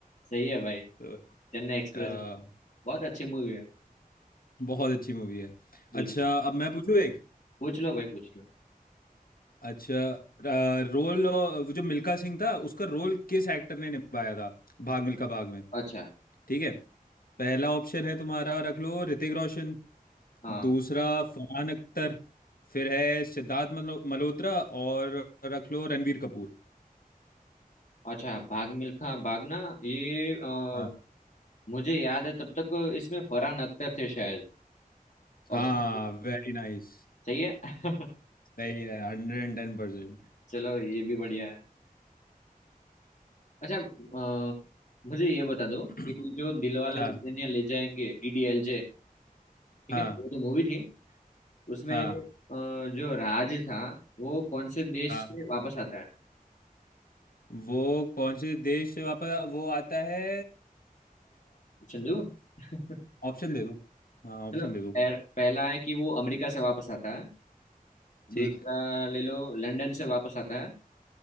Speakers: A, on the left; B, on the left.
A: सही है भाई
B: तो
A: चेन्नई एक्सप्रेस
B: अ,
A: बहुत अच्छी मूवी है
B: बहुत अच्छी मूवी है
A: बिल्कुल
B: अच्छा अब मैं पूछूं एक
A: पूछ लो भाई पूछ लो
B: अच्छा अ, रोल अ, जो मिल्खा सिंह था उसका रोल किस एक्टर ने निभाया था भाग मिल्खा भाग में
A: अच्छा
B: ठीक है पहला ऑप्शन है तुम्हारा रख लो ऋतिक रोशन
A: हाँ
B: दूसरा फरहान अख्तर फिर है सिद्धार्थ मनो- मल्होत्रा और रख लो रणवीर कपूर
A: अच्छा भाग मिल्खा भागना ये अ,
B: हाँ
A: मुझे याद है तब तक इसमें फरहान अख्तर थे शायद
B: हाँ
A: ऑप्शन
B: वेरी नाइस
A: सही है <laughs>
B: सही है हंड्रेड एंड टेन परसेंट
A: चलो ये भी बढ़िया है अच्छा अ, मुझे ये बता दो
B: <clears throat>
A: कि जो दिलवाले
B: हाँ
A: दुल्हनिया ले जाएंगे डीडीएलजे ठीक
B: हाँ
A: है वो जो मूवी थी उसमें
B: हाँ
A: अ, जो राज था वो कौन से देश
B: हाँ
A: से वापस आता है
B: वो कौन से देश से वापस वो आता है
A: ऑप्शन दो <laughs>
B: ऑप्शन दे दो हाँ ऑप्शन
A: चलो पहर-
B: दे दो
A: पहला है कि वो अमेरिका से वापस आता है
B: ठीक
A: दूसरा ले लो लंदन से वापस आता है